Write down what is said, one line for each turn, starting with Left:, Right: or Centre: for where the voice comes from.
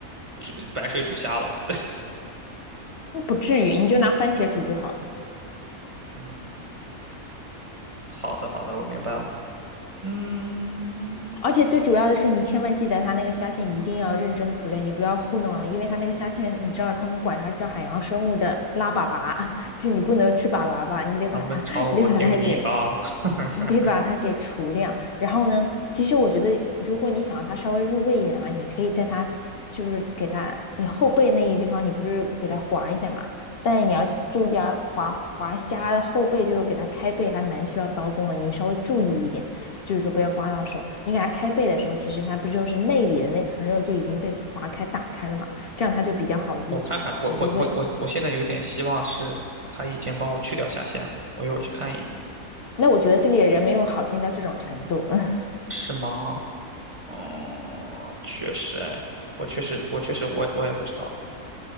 Right: 煮白水煮虾了。<laughs>
Left: 那不至于，你就拿番茄煮就好了
Right: 嗯，好的好的，我明白了。嗯，
Left: 而且最主要的是，你千万记得它那个虾线一定要认真的除掉，你不要糊弄啊，因为它那个虾线，你知道他们管它叫海洋生物的拉粑粑啊，就是你不能吃粑粑吧，你得把它，
Right: 他们朝我丢泥巴。
Left: 你得把它给，
Right: <laughs>
Left: 你得把它给除掉。然后呢，其实我觉得，如果你想让它稍微入味一点的话，你可以在它就是给它你后背那一地方，你不是给它划一下嘛？但是你要注意啊，划划虾的后背就是给它开背，还蛮需要刀工的，你稍微注意一点。就是说不要刮到手。你给它开背的时候，其实它不就是内里的那层肉就已经被划开、打开了嘛？这样它就比较好入、
Right: 我看看，我我我我我现在有点希望是他已经帮我去掉下线了，
Left: 好入味。
Right: 我一会儿去看一眼，
Left: 那我觉得这里的人没有好心到这种程度。<laughs>
Right: 是吗？哦，确实，哎，我确实，我确实，我也我也不知道。